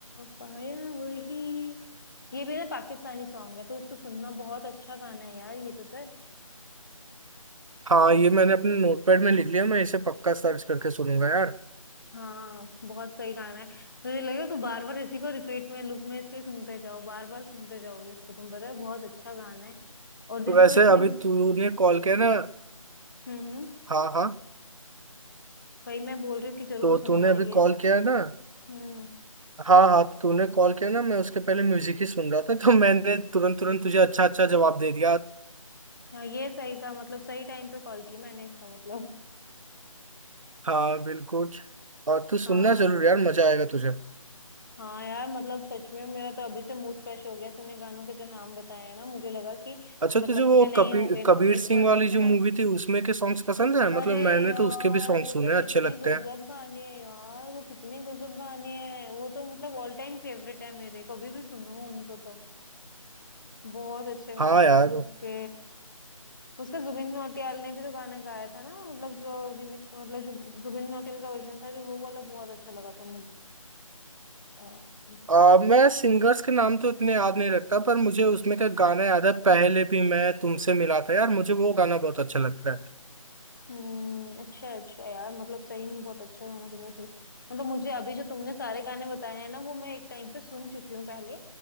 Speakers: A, on the left (about 35°); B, on the right (about 65°).
A: पाया वही ये भी ना पाकिस्तानी सॉन्ग है तो इसको सुनना बहुत अच्छा गाना है यार ये पता है
B: हाँ ये मैंने अपने नोटपैड में लिख लिया मैं इसे पक्का सर्च करके सुनूंगा यार
A: हाँ बहुत सही गाना है मुझे लगे तू बार बार इसी को रिपीट में लूप में इसके सुनते जाओ बार बार सुनते जाओगे इसको तुम पता है बहुत अच्छा गाना है और जिसको
B: तो वैसे
A: इसने
B: अभी तूने कॉल किया ना
A: हम्म हम्म
B: हाँ हाँ
A: वही मैं बोल रही हूँ कि जरूर
B: तो
A: सुनना
B: तूने अभी
A: ये
B: कॉल किया है ना
A: हम्म
B: हाँ हाँ तूने कॉल किया ना मैं उसके पहले म्यूजिक ही सुन रहा था तो मैंने तुरंत तुरंत तुझे अच्छा अच्छा जवाब दे दिया
A: हाँ ये सही था मतलब सही टाइम पे कॉल की मैंने इसका मतलब
B: हाँ बिल्कुल और तू सुनना
A: हाँ
B: जरूर यार मजा आएगा तुझे
A: हाँ यार मतलब सच में मेरा तो अभी से मूड फ्रेश हो गया तूने गानों के जो नाम बताए हैं ना मुझे लगा कि
B: अच्छा
A: मतलब
B: तुझे वो
A: तुझे नहीं
B: कबीर
A: हो गई
B: कबीर
A: नॉलेज
B: सिंह
A: पर अच्छा
B: वाली जो
A: है
B: मूवी थी उसमें के सॉन्ग्स पसंद है
A: अरे
B: मतलब मैंने
A: यार
B: तो उसके भी सॉन्ग
A: वो
B: सुने
A: तो कितने
B: हैं, अच्छे लगते
A: गजब
B: हैं
A: गाने हैं यार वो कितने गजब गाने हैं वो तो मतलब ऑल टाइम फेवरेट है मेरे कभी भी सुनो उनको तो बहुत अच्छे गाने
B: हाँ
A: हैं
B: यार
A: यार उसके उसका जुबिन नौटियाल ने भी तो गाना गाया था ना मतलब जो रिमिक मतलब जो जुबिन नौटियाल का वर्जन था जो वो वाला बहुत अच्छा लगा था मुझे
B: आ, मैं सिंगर्स के नाम तो इतने याद नहीं रखता पर मुझे उसमें का गाना याद है पहले भी मैं तुमसे मिला था यार मुझे वो गाना बहुत अच्छा लगता है
A: हम्म अच्छा अच्छा यार मतलब सही में बहुत अच्छा गाना तुमने सुन मतलब मुझे अभी जो तुमने सारे गाने बताए हैं ना वो मैं एक टाइम पे सुन चुकी हूँ पहले